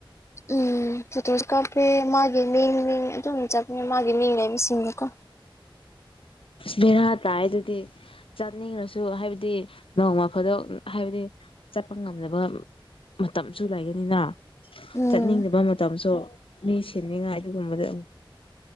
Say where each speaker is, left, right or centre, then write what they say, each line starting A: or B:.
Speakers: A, on the left; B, on the left.
A: ꯎꯝ ꯐꯣꯇꯣꯁꯨ ꯀꯥꯞꯄꯦ ꯃꯥꯒꯤ ꯃꯤ ꯃꯤꯡ ꯑꯗꯨꯝ ꯆꯠꯄꯅꯦ ꯃꯥꯒꯤ ꯃꯤ ꯂꯩꯕꯁꯤꯡꯗꯀꯣ
B: ꯕꯩꯔꯥ ꯇꯥꯏ ꯑꯗꯨꯗꯤ ꯆꯠꯅꯤꯡꯉ꯭ꯔꯁꯨ ꯍꯥꯏꯕꯗꯤ ꯅꯣꯡꯃ ꯐꯥꯗꯣꯛ ꯍꯥꯏꯕꯗꯤ ꯆꯠꯄ ꯉꯝꯗꯕ ꯃꯇꯝꯁꯨ ꯂꯩꯒꯅꯤꯅ
A: ꯎꯝ
B: ꯆꯠꯅꯤꯡꯗꯕ ꯃꯇꯝꯁꯨ ꯃꯤ ꯁꯦꯟꯅꯤꯡꯉꯥꯏ ꯑꯗꯨꯒꯨꯝꯕꯗ